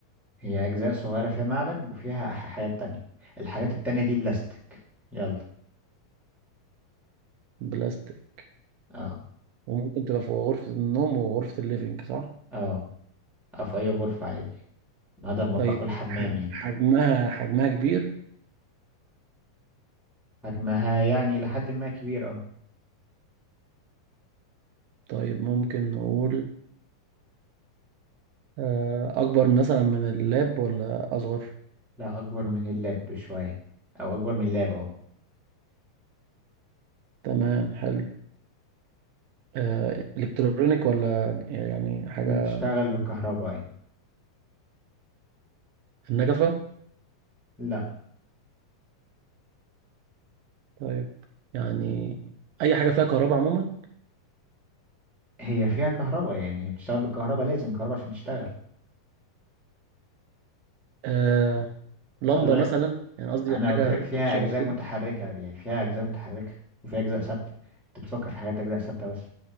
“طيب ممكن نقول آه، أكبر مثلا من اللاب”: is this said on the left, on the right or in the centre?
Right